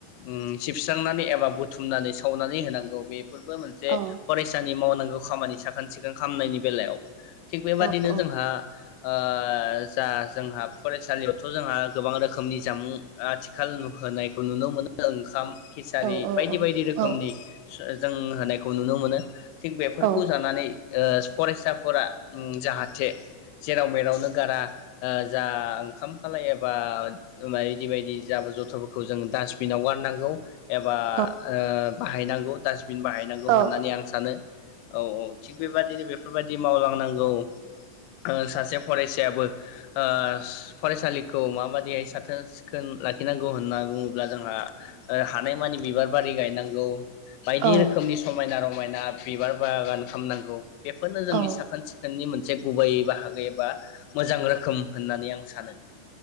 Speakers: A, on the left; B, on the right.
A: उम सिबस्रांनानै एबा बुथुमनानैस खावनानै होनांगौ बेब फोरबो मोनसे
B: औ
A: फरायसानि मावनां गौ खामानि साखोन सिखोन खालामामनायनि बेलायाव। थिग बेबादिनो
B: औ औ
A: जोंहा ओ जा जोंहा फरायसालियावथ' जोंहा गोबां रोखोमनि जामुं आथिखाल होनायखौ नुनो मोनो ओंखाम खिसारि
B: औ
A: बायदि
B: औ
A: बायदि रोख
B: औ
A: खोमनि सुआज जों होनायखौ नुनो मोनो थिग बेफोरखौ
B: औ
A: जानानै‌ ओस फरायसाफोरा उम जाहाथे जेराव मेरावनो गारा ओ जा ओंखाम खालाय एबा बिदि बायदि जाबो जथनफोरखौ जोंङो डास्टबिनाव गारनांगौ एबा
B: औ
A: ओ बाहायनांगौ दास बिन बाहायनांगौ
B: औ
A: होननानै आं सानो औ औ थिग बिबादिनो बेफ फोरबायाददि मावलांनांगौ ओ सासे फरायसायाबो ओस फरायसालिखौ माबाददिहाय साथोन सिखोन लाखिनांगौ होनना बुङोब्ला जोंहा ओ हानायमानि बिबार बारि गायनांगौ। <inaudible> बायदि
B: औ
A: रोखोमनि समायना रम मायना बिबार बागान खालामनांगौ। बेफोरनो जोंनि
B: औ
A: साखोन सिखोननि मोनस से गुबै बाहागोबा एबा। मोजां रोखोम होननानै आं सानो।